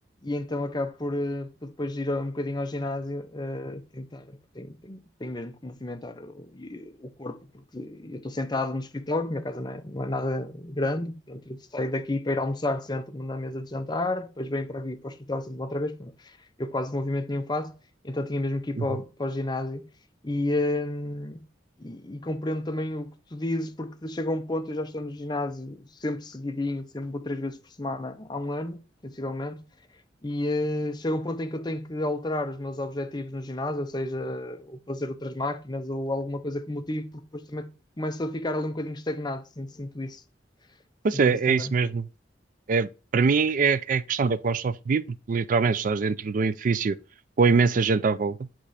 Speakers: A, on the left; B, on the right.
A: e então acabo por, eh, por depois ir um bocadinho ao ginásio, eh, tentar, porque tenho, tenho- tenho mesmo que movimentar o, e- o corpo, porque eu estou sentado no escritório, minha casa não é, não é nada grande, portanto eu saio daqui para ir almoçar, sento-me na mesa de jantar, depois venho para aqui para o escritório, sento-me outra vez, portanto, eu quase movimento nenhum faço, então tinha mesmo que ir
B: Uhum.
A: para o, para o ginásio e... eh, E, e compreendo também o que tu dizes, porque chega um ponto, eu já estou no ginásio sempre seguidinho, sempre vou três vezes por semana há um ano, sensivelmente, e eh, chega um ponto em que eu tenho que alterar os meus objetivos no ginásio, ou seja, ou fazer outras máquinas ou alguma coisa que me motive, porque depois também começo a ficar ali um bocadinho estagnado. Sinto, sinto isso, sinto
B: Pois é,
A: isso também.
B: é isso mesmo. É, para mim é, é a questão da claustrofobia, porque literalmente estás dentro do edifício com imensa gente à volta.